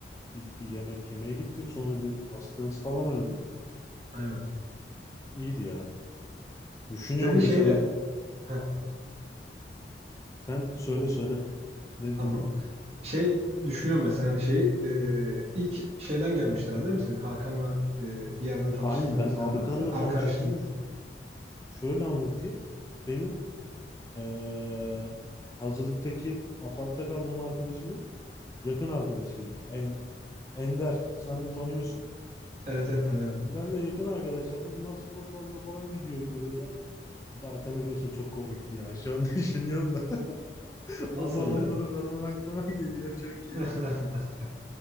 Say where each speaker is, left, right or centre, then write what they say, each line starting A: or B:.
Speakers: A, on the left; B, on the right.
A: ilk bir yemek yemeye gittik sonra bir masa tenisi falan oynadık.
B: Aynen.
A: İyiydi ya. Düşünüyorum
B: Senin şeyle
A: mesela
B: heh,
A: sen söyle söyle ne
B: tamam.
A: dedik.
B: Şey düşünüyorum mesela hani şeyi e, ilk şeyden gelmişler herhalde değil mi senin? Hakan'la e, bir yerden tanışıklığın
A: Aynen ben
B: falan
A: Hakan'la
B: vardı mı? Arkadaşın.
A: tanışıklığımı şu- şöyle anlatayım. Benim eee, hazırlıktaki apartta kaldığım arkadaşımın yakın arkadaşıydı. E- Ender sen de tanıyorsun.
B: Evet evet tanıyorum.
A: Ender'le yakın arkadaşlardı. bunlar spor salonuna falan gidiyordu böyle. Bir de arkanı görsen çok komikti ya. Şu an <laughs> düşünüyorum da. <laughs>
B: Nasıldı?
A: O zamanları falan aklıma geliyor çok iyi.
B: <laughs>